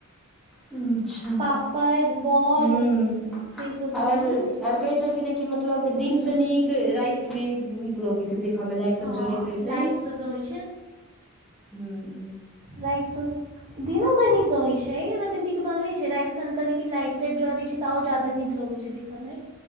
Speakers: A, in the centre; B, on the right.
A: अच्छा
B: पापड़ बड़
A: हूं
B: से सब भऽ
A: आर
B: गेल
A: आर कहे छलखिन ह की मतलब दिन
B: सब मिलैत
A: से नीक राति मे नीक लगैत छै दिख मे लाइट सब
B: हँ
A: जड़ैत रहे छै
B: लाइट सब रहै
A: ह
B: राति तऽ दिनो क निक रहैत छै ओना तऽ नीक बनलै छै राति कनिकल लाइटे टाइट जरय रहै छै त आओर ज्यादा नीक लगे छै देखय मे